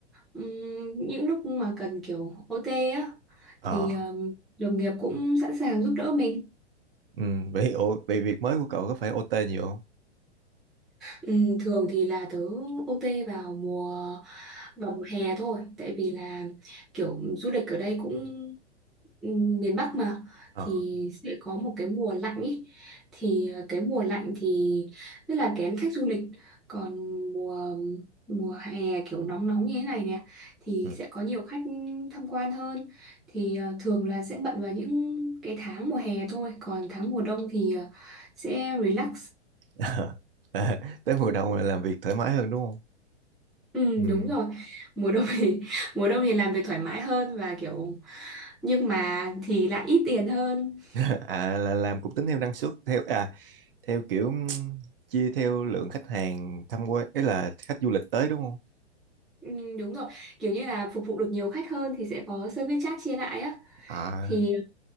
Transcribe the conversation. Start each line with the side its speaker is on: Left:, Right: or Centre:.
Centre: Ừm, những lúc mà cần kiểu OT á
Right: ờ
Centre: thì ờ, đồng nghiệp cũng sẵn sàng giúp đỡ mình
Right: ừ. vậy ủa, vậy việc mới của cậu có phải OT nhiều không
Centre: Ừ, thường thì là tớ OT vào mùa vào mùa hè thôi tại vì là kiểu du lịch ở đây cũng ừ, miền Bắc mà
Right: ờ
Centre: thì sẽ có một cái mùa lạnh ý thì ờ, cái mùa lạnh thì rất là kén khách du lịch còn mùa mùa hè kiểu nóng nóng như thế này nè thì
Right: ừ.
Centre: sẽ có nhiều khách tham quan hơn thì ờ, thường là sẽ bận vào những cái tháng mùa hè thôi còn tháng mùa đông thì ờ, sẽ relax
Right: <laughs> Ờ. à, tới mùa đông là làm việc thoải mái hơn đúng không
Centre: Ừ,
Right: Ừm.
Centre: đúng rồi mùa đông thì <laughs> mùa đông thì làm việc thoải mái hơn và kiểu nhưng mà thì lại ít tiền hơn
Right: <laughs> à là làm cũng tính theo năng suất theo à theo kiểu ừm, chia theo lượng khách hàng tham quan ấy là khách du lịch tới đúng không
Centre: ừ, đúng rồi kiểu như là phục vụ được nhiều khách hơn thì sẽ có service charge chia lại á
Right: à,
Centre: thì